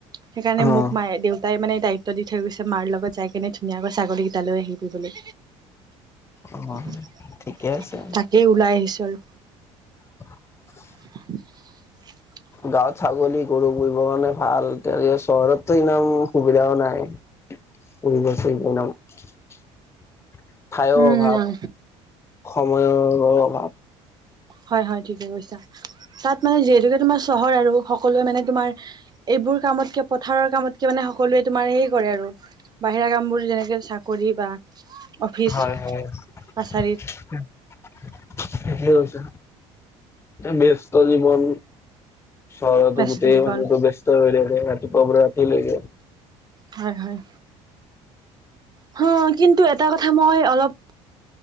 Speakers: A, on the right; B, on the left.
A: সেইকাৰণে
B: অ
A: মোক মায়ে দেউতাই মানে ত্ব দি থৈ গৈছে মাৰ লগত যাই কেনে ধুনীয়াকৈ ছাগলীকেইটা লৈ আহিবলৈ।
B: অ',
A: <inaudible>
B: ঠিকে আছে।
A: তাকেই ওলাই আহিছোঁ আৰু।
B: <unintelligible>
A: <unintelligible>
B: গাঁৱত ছাগলী গৰু পুহিবৰ কাৰণে ভাল তে চহৰতটো ইমান সুবিধাও নাই। পুহিব চুহিব <unintelligible> ঠাইৰ
A: উম',
B: অভাৱ
A: ন
B: সময়ৰো অভাৱ।
A: হয় হয়, ঠিকে কৈছা। তাত মানে যিহেতুকে তোমাৰ চহৰ আৰু সকলোৱে মানে তোমাৰ এইবোৰ কামতকে, পথাৰৰ কামতকে মানে হা সকলোৱে তোমাৰ হেই কৰে আৰু, বাহিৰা কাম বোৰ যেনেকে চাকৰি বা অফিচ
B: হয় হয় <unintelligible>
A: কাছাৰীত
B: ঠিকে কৈছা। ব্যস্ত জীৱন। চৰতৰটো
A: ব্যস্ত
B: গোটেই
A: জীৱন
B: মানুহতো ব্যস্ত হৈ থাকে, ৰাতিপুৱাৰ পৰা ৰাতি লৈকে।
A: হয়, হয়। হ কিন্তু এটা কথা মই অলপ